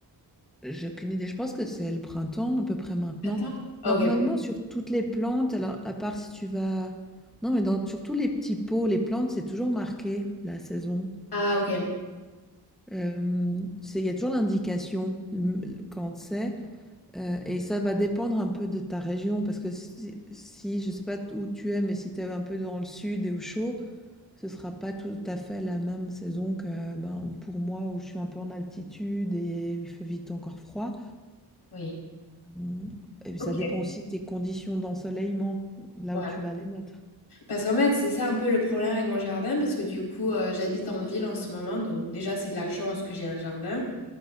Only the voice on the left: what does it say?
Printemps? Ok.
Ah, ok.
Oui.
Ok.
Ouais.
Parce qu'en fait, c'est ça un peu le problème avec mon jardin, parce que du coup, euh, j'habite en ville en ce moment, donc déjà, c'est de la chance que j'ai un jardin.